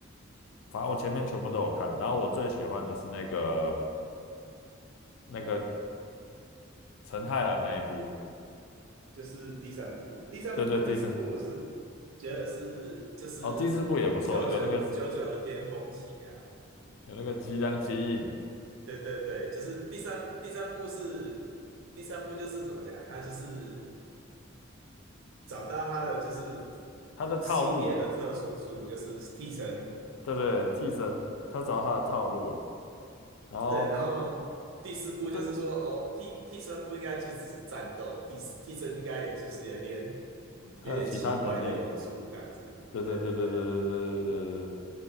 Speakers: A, on the left; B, on the right.
A: 反正我前面全部都有看，然后我最喜欢的是那个那个陈太郎那一部，
B: 就是第三部，第三部跟第四部，
A: 对对，第三
B: 我是觉得是就是
A: 哦，第四部也不错，
B: JoJo
A: 有那个
B: JoJo 的巅峰期呀、啊。
A: 有那个吉良吉影，
B: 对对对，就是第三第三部是第三部就是怎么讲，他就是找到他的就是
A: 他的套路，
B: 系列的特殊处，就是替身。
A: 对对，替身，他找到他的套路了，然后他
B: 对，然后第四部就是说，
A: 这
B: 哦，替替身不应该就只是战斗，替替身应该有就是有一点
A: 还有其他能力，
B: 有一点奇怪的用处，这样子。
A: 对对对对对对对对对对，
B: 对对对。